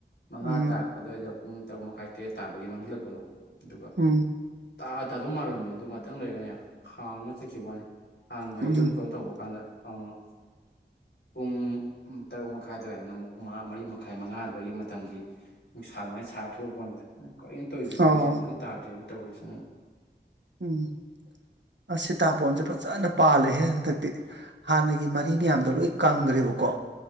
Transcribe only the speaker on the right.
ꯎꯝ
ꯎꯝ
ꯎꯝ
ꯑꯣ
ꯎꯝ ꯑꯁ ꯁꯤꯇꯥꯄꯣꯟꯁꯦ ꯐꯖꯅ ꯄꯥꯜꯂꯦꯍꯦ ꯍꯟꯗꯛꯇꯤ꯫ ꯍꯥꯟꯅꯒꯤ ꯃꯔꯤ ꯃꯌꯥꯝꯗꯣ ꯂꯣꯏ ꯀꯪꯈ꯭ꯔꯦꯕꯀꯣ꯫